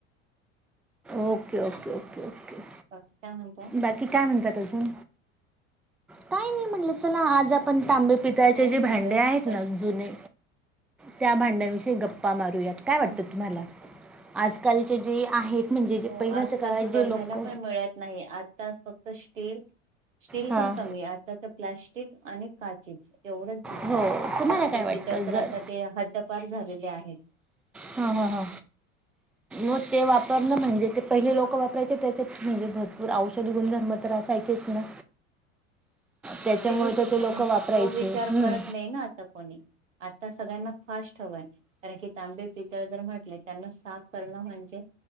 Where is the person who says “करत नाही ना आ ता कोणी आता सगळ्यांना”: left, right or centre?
Right